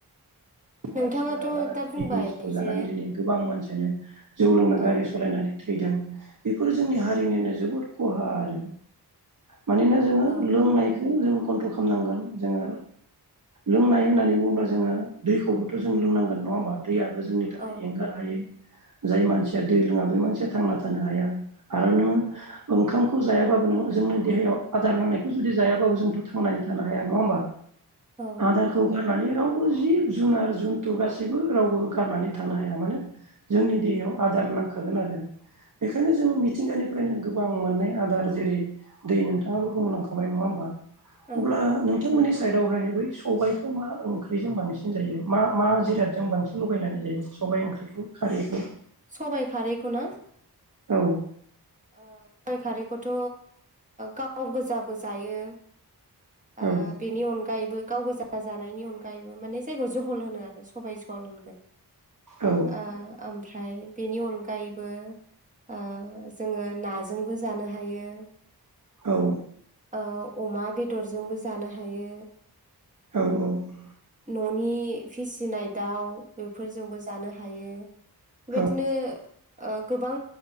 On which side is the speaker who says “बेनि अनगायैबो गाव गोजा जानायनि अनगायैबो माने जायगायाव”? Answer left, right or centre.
Right